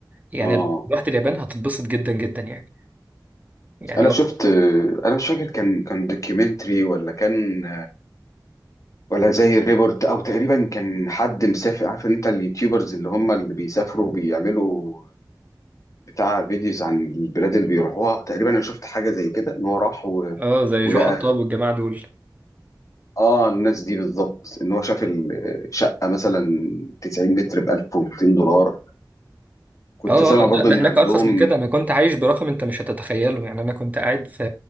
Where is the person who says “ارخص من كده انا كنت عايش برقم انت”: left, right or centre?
Right